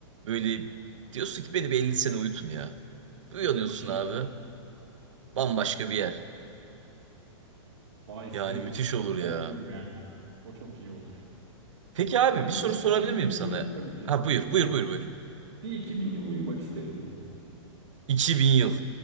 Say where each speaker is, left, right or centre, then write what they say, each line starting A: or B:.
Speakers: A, on the right; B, on the right.
A: böyle diyorsun ki beni bir 50 sene uyutun ya. Uyanıyorsun
B: Çok
A: abi.
B: iyi.
A: Bambaşka bir yer.
B: Vay isterim.
A: Yani müthiş olur ya.
B: O olur yani. O çok iyi olur.
A: Peki abi
B: Ben
A: bir
B: iki-
A: soru sorabilir
B: 2000
A: miyim sana?
B: yıl tabii ki,
A: Ha buyur
B: tabii
A: buyur
B: ki.
A: buyur buyur.
B: Bir 2000 yıl uyumak isterim ben.
A: 2000 yıl.